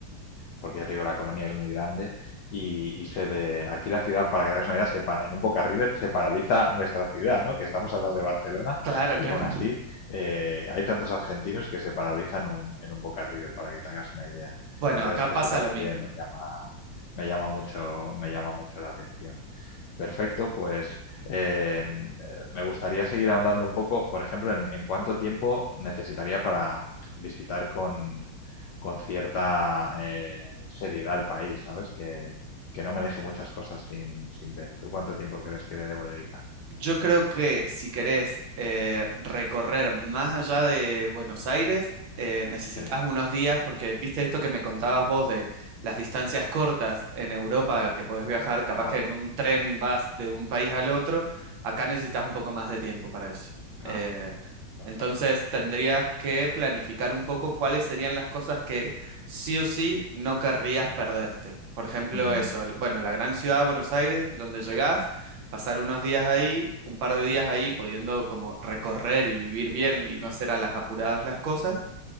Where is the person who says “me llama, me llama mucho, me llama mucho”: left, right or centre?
Left